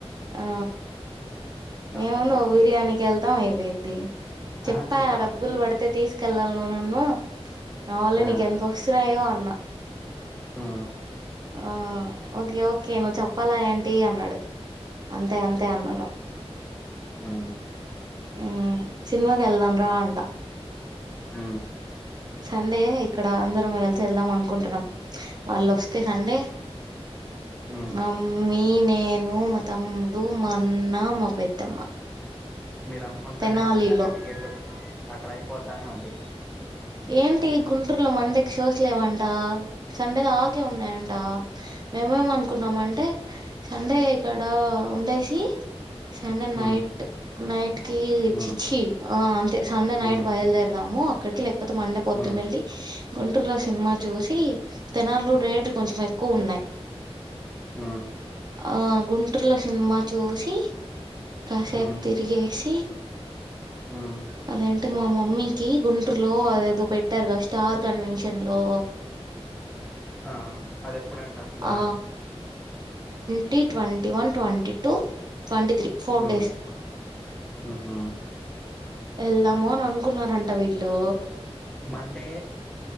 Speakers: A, on the right (about 40°); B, in the centre.
A: ఆ ఏముంది
B: మరి
A: ఒక బిర్యానీకెళ్తాం అయిపోయిద్ది. చెప్పా
B: ఆహా చెప్పావా
A: డబ్బులు
B: మరి
A: పడితే తీసుకెళ్ళాలి. నువ్ నన్ను నా వల్లే
B: ఆ
A: నీకెంత వస్తున్నాయో అన్నా.
B: ఆ
A: ఆ ఓకే ఓకే నువ్వు చెప్పాలా ఏంటీ అన్నాడు. అంతే అంతే అన్నాను.
B: హ
A: మ్మ్మ్మ్ సినిమాకెళ్దాం రా అంటా.
B: హ
A: సండే ఇక్కడ అందరం కలిసి వెళ్దాం అనుకుంటున్నాం. వాళ్ళొస్తే సండే
B: ఉమ్
A: మమ్మీ, నే నేను, మా తమ్ముడు, మన్న, మా పెద్దమ్మ.
B: మీరు అనుకుంటానే
A: తెనాలిలో
B: ఉండండి అక్కడ టికెట్లు అక్కడ అయిపోతానే ఉండి
A: ఏంటి గుంటూర్లో మండె? షోస్ లేవంట, సండే దాకే ఉన్నాయంట. మేమేమను ఏమనుకున్నామంటే సండే ఇక్కడ ఉండేసి, సండే
B: ఉమ్
A: నైట్ నైట్ కి
B: ఉమ్
A: చి చ్చి ఆ అంతే సండే నైట్
B: ఉమ్
A: బయలుదేరదాము, అక్కడికెళ్ళే కాకపోతే మండే పొద్దునెళ్ళి,
B: ఉమ్
A: గుంటూరులో సినిమా చూసి, తేనాల్లో రేట్లు కొంచెం ఎక్కువున్నాయ్.
B: ఆ
A: ఆ గుంటర్లో సినిమా చూసి కాసేప్
B: ఉమ్
A: తిరిగేసి
B: ఉమ్
A: అదెంటి మా మమ్మీ కీ గుంటూర్లో అదేదో పెట్టార్గా! స్టార్ కన్వెన్షన్ లో
B: ఆ అది ఎప్పుడంట అసలా
A: ఆ twenty, twenty one, twenty two twenty three four
B: um
A: days వెల్త్
B: ఉహు
A: వెళ్దామోనననుకున్నారంట వీళ్లు.
B: మండే